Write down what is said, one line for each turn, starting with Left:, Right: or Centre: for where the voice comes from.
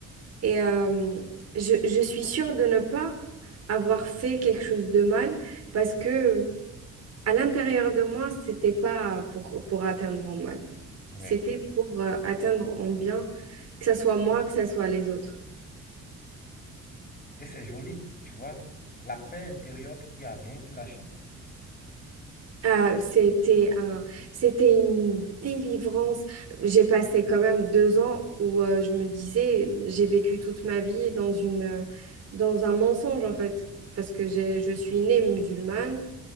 Right: Et euh, je, je suis sûre de ne pas avoir fait quelque chose de mal parce que à l'intérieur de moi, c'était pas pour, pour atteindre en mal.
Left: Ouais.
Right: C'était pour euh, atteindre en bien, que ce soit moi, que ce soit les autres.
Left: Et c'est joli, tu vois? La paix intérieure, il n'y a rien qui l'achète.
Right: Ah, c'était un, c'était une délivrance. J'ai passé quand même deux ans où euh, je me disais, j'ai vécu toute ma vie dans une, dans un mensonge en fait, parce que j'ai, je suis née musulmane.